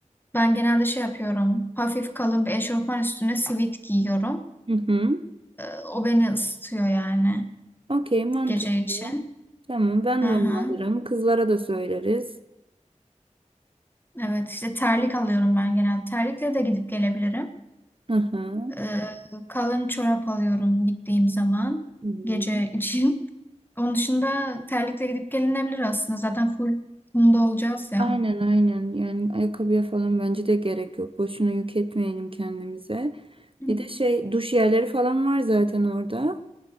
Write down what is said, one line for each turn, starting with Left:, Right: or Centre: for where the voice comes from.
Left: ben genelde şey yapıyorum. Hafif kalın bir eşofman üstüne sivit giyiyorum.
Right: Hı hı.
Left: Ee, o beni ısıtıyor yani
Right: Okey mantıklı.
Left: gece için.
Right: Tamam ben
Left: Aha.
Right: de onu alırım kızlara da söyleriz.
Left: Evet işte terlik alıyorum ben genelde. Terlikle de gidip gelebilirim.
Right: Hı hı.
Left: Ee, kalın çorap alıyorum gittiğim zaman
Right: Hı hı.
Left: gece <laughs> için. Onun dışında terlikle gidip gelinebilir aslında. Zaten full kumda olacağız ya.
Right: Aynen aynen yani ayakkabıya falan bence de gerek yok. Boşuna yük etmeyelim kendimize.
Left: Hı.
Right: Bir de şey duş yerleri falan var zaten orada.